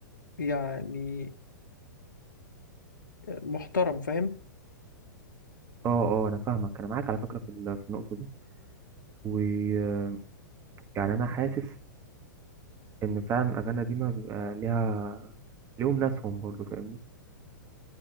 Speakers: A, on the left (about 65°); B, on the right (about 25°).
A: يعني محترم فاهم
B: اه اه أنا فاهمك أنا معاك على فكرة في ال- في النقطة دي ويعني أنا حاسس إن فعلا الأغاني القديمة بيبقى ليها ليهم ناسهم برضه فاهمني؟